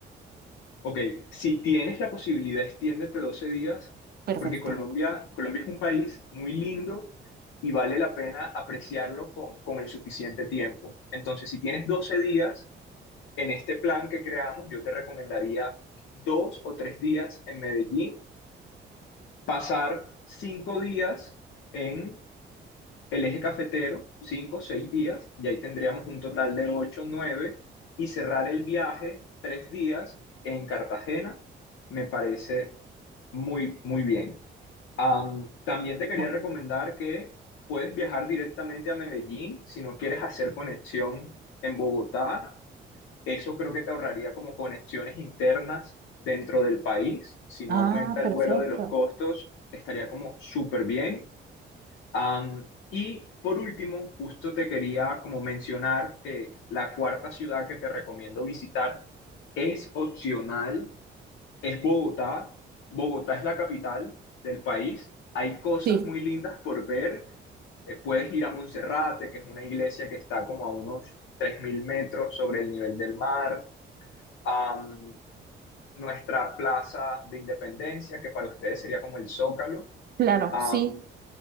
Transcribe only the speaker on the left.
Ok, si tienes la posibilidad, extiéndete 12 días,
porque Colombia, Colombia es un país muy lindo y vale la pena apreciarlo con, con el suficiente tiempo. Entonces, si tienes 12 días en este plan que creamos, yo te recomendaría dos o tres días en Medellín, pasar cinco días en el eje cafetero, 5 6 días, y ahí tendríamos un total de 8 9 y cerrar el viaje 3 días en Cartagena, me parece muy, muy bien. Am, también te quería
recomendar que puedes viajar directamente a Medellín si no quieres hacer conexión en Bogotá. Eso creo que te ahorraría como conexiones internas dentro del país. Si no
aumenta
el vuelo de los costos, estaría como súper bien. Am, y por último, justo te quería como mencionar que la cuarta ciudad que te recomiendo visitar es opcional, es Bogotá. Bogotá es la capital del país. Hay cosas
muy lindas por ver. Eh, puedes ir a Monserrate, que es una iglesia que está como a unos 3.000 metros sobre el nivel del mar. Am, nuestra Plaza de Independencia, que para ustedes sería como el Zócalo.
Am,